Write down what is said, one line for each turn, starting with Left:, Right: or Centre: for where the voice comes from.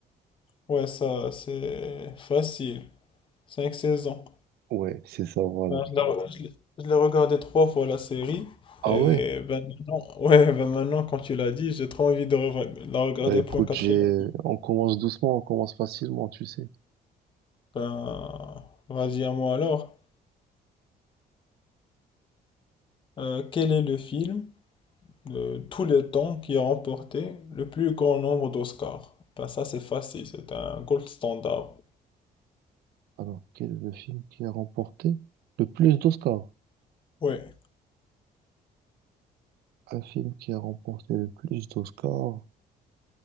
Left: Ouais, ça, c'est facile. 5 saisons.
Right: Ouais, c'est ça, voilà.
Left: Ben, je l'ai Ah ouais. je l'ai- je l'ai regardé trois fois la série.
Right: Ah
Left: Et
Right: ouais?
Left: ben maintenant, <laughs> ouais, ben maintenant, quand tu l'as dit, j'ai trop envie de re- la regarder
Right: Bah écoute,
Left: pour une quatrième
Right: j'ai...
Left: fois.
Right: on commence doucement, on commence facilement, tu sais.
Left: Ben, vas-y à moi alors. Euh, quel est le film de tous les temps qui a remporté le plus grand nombre d'Oscars? Ben ça, c'est facile, c'est un gold standard.
Right: Alors, quel est le film qui a remporté le plus d'Oscars?
Left: Ouais,
Right: Un film qui a remporté le plus d'Oscars?